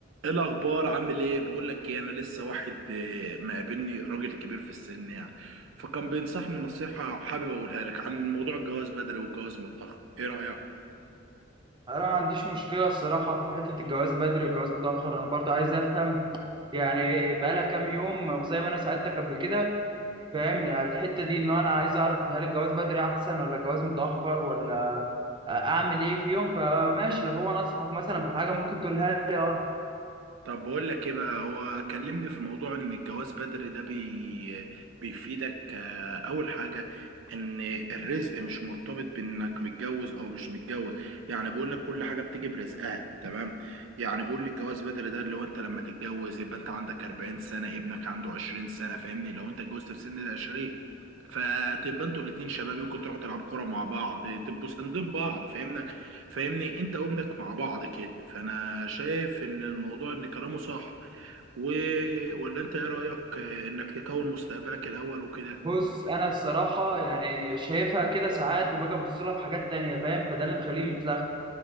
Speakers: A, on the right; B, on the right.
A: ايه الاخبار عامل ايه بقول لك ايه انا لسه واحد آه، مقابلني راجل كبير في السن يعني فكان بينصحني نصيحة حابب اقولها لك عن موضوع الجواز بدري والجواز متأخر ايه رأيك
B: انا ما عنديش مشكله الصراحه في حته الجواز بدري والجواز متاخر انا برضه عايز افهم يعني بقالها كام يوم زي ما انا سالتك قبل كده فاهم على الحته دي ان انا عايز اعرف هل الجواز بدري احسن ولا الجواز متاخر ولا اعمل ايه في يوم فماشي لو هو نصحك مثلا بحاجه ممكن تقولها لي اه
A: طب بقول لك ايه بقى هو كلمني في موضوع ان الجواز بدري ده بي... بيفيدك آه، اول حاجة ان الرزق مش مرتبط بانك متجوز او مش متجوز يعني بيقول لك كل حاجة بتيجي برزقها تمام يعني بيقول لي الجواز بدري ده اللي هو انت لما تتجوز يبقى انت عندك 40 سنة ابنك عنده 20 سنة فاهمني لو انت اتجوزت في سن ال 20 فتبقى انتوا الاتنين شباب يمكن تروحوا تلعبوا كوره مع بعض تبقوا ساندين بعض فاهمنا فاهمني انت وابنك مع بعض كده فانا شايف ان الموضوع ان كلامه صح و... ولا انت ايه رايك اه، انك تكون مستقبلك الاول وكده
B: بص انا الصراحه يعني شايفها كده ساعات وباجي ابص لها في حاجات تانية فاهم فده اللي مخليني متلخبط